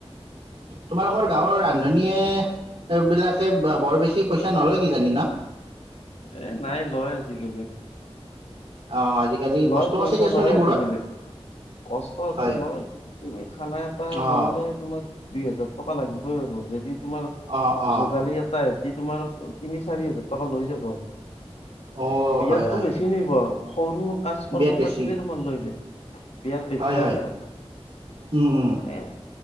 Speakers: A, on the right; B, on the left.
A: তোমালোকৰ গাঁৱৰ ৰান্ধনীয়ে বিলাকে বৰ বেছি পইচা নলয় কিজানি ন?
B: এ নাই লয় আজিকালি।
A: অঁ আজিকালি
B: লয়
A: কষ্ট
B: পইচা
A: আছে দিয়াচোন
B: লয়
A: এইবোৰত
B: আজিকালি। কষ্ট আছে
A: হয়
B: লয় তুমি খানা এটা
A: অঁ
B: বনালে তোমাৰ দুই হাজাৰ টকা লাগিবই আৰু যদি তোমাৰ
A: অঁ অঁ
B: যোগালীয়ে- হয় সি তোমাৰ তিনি চাৰি হাজাৰ টকা লৈ যাব।
A: অঁ
B: বিয়াতটো
A: হয় হয়
B: বেছি নিব সৰু কাজ কৰ্ম
A: বিৰাট বেছি
B: পাতিলেই তোমাল লৈ যে বিয়াত বেছি
A: হয়
B: লৈ
A: হয়
B: যাব
A: উম উম
B: ‌‍এ